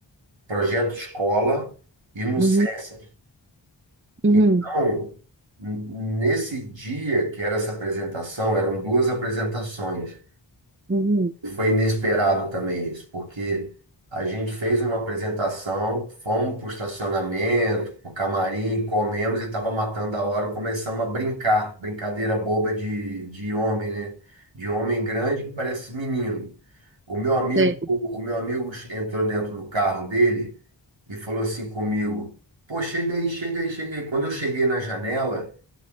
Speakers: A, on the right; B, on the right.
A: projeto escola e no
B: Uhum,
A: SESC.
B: uhum,
A: Então, n- nesse dia que era essa apresentação, eram duas apresentações.
B: uhum.
A: Foi inesperado também isso, porque a gente fez uma apresentação, fomos para o estacionamento, para o camarim, comemos e estava matando a hora, começamos a brincar, brincadeira boba de, de homem, né? De homem grande que parece menino. O meu amigo,
B: Sei.
A: o meu amigo entrou dentro do carro dele e falou assim comigo: Pô, chega aí, chega aí, chega aí. Quando eu cheguei na janela,